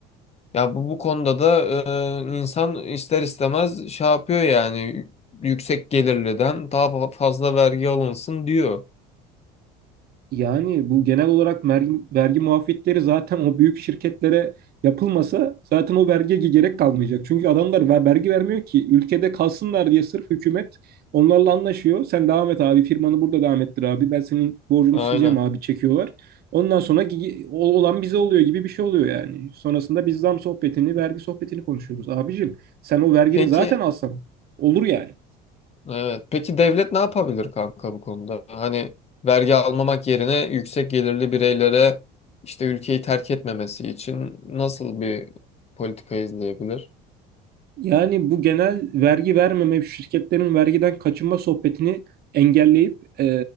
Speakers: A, on the left; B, on the right.
A: ya bu, bu konuda da e, insan ister istemez şey yapıyor yani yüksek gelirliden daha fa- fazla vergi alınsın diyor.
B: Yani bu genel olarak vergi, vergi muafiyetleri zaten o büyük şirketlere yapılmasa zaten o vergiye gerek kalmayacak. Çünkü adamlar ver- vergi vermiyor ki ülkede kalsınlar diye sırf hükümet onlarla anlaşıyor. Sen devam et abi firmanı burada devam ettir abi ben senin borcunu
A: Aynen.
B: sileceğim abi çekiyorlar. Ondan sonra gi- o- olan bize oluyor gibi bir şey oluyor yani. Sonrasında biz zam sohbetini vergi sohbetini konuşuyoruz. Abicim sen o vergini
A: Peki
B: zaten alsan olur yani.
A: Evet. Peki devlet ne yapabilir kanka bu konuda? Hani vergi almamak yerine yüksek gelirli bireylere işte ülkeyi terk etmemesi için nasıl bir politika izleyebilir?
B: Yani bu genel vergi vermeme, şirketlerin vergiden kaçınma sohbetini engelleyip e,